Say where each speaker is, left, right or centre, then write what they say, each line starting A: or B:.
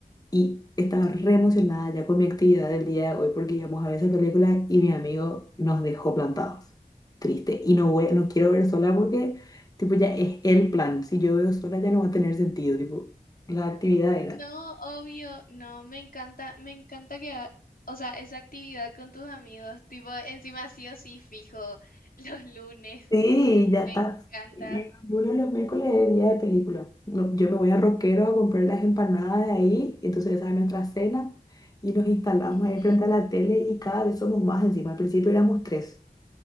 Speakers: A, on the left; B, on the left.
A: Y estaba re emocionada ya con mi actividad del día de hoy porque íbamos a ver esa película y mi amigo nos dejó plantados. Triste. Y no voy, no quiero ver sola porque, tipo, ya es el plan. Si yo veo sola ya no va a tener sentido. Tipo, la actividad era.
B: No, obvio, no, me encanta, me encanta que, ha- o sea, esa actividad con tus amigos, tipo, encima sí o sí fijo, <laughs> los lunes,
A: Sí, ya
B: me
A: está.
B: encanta.
A: Y los lunes, los miércoles es día de película. No, yo me voy a Roquero a comprar las empanadas de ahí, entonces esa es nuestra cena y nos instalamos
B: Ujú.
A: ahí frente a la tele y cada vez somos más encima. Al principio éramos tres